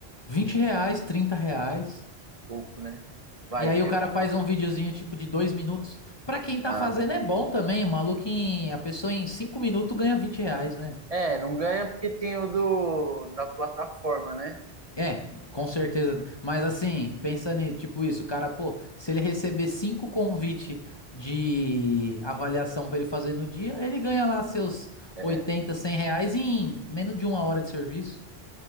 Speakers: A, on the left; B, on the right.
A: 20 reais, 30 reais.
B: Pouco, né? Vai
A: E aí
B: ter.
A: o cara faz um videozinho tipo de dois minutos. Pra quem tá
B: Ah,
A: fazendo é bom também. O maluco em, a pessoa em cinco minutos ganha vinte reais, né?
B: É, não ganha porque tem o do, da plataforma, né?
A: É, com certeza. Mas assim, pensando em tipo isso, o cara, pô, se ele receber cinco convite de avaliação pra ele fazer no dia, ele ganha lá seus
B: É,
A: 80 100 reais em menos de uma hora de serviço.